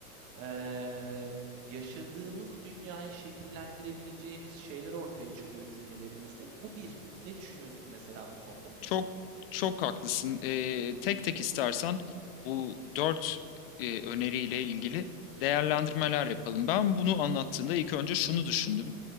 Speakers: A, on the right; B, on the left.
A: eee, yaşadığımız dünyayı şekillendirebileceğimiz şeyler ortaya çıkıyor cümlelerimizle. Bu bir. Ne düşünüyorsun mesela bu konuda?
B: Çok çok haklısın. Eee, tek tek istersen bu 4 eee, öneriyle ilgili değerlendirmeler yapalım. Ben bunu anlattığında ilk önce şunu düşündüm.